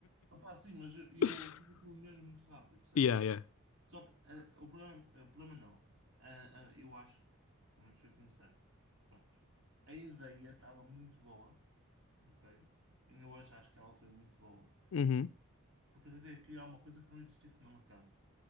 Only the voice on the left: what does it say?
<laughs>
Yeah, yeah.
Uhum,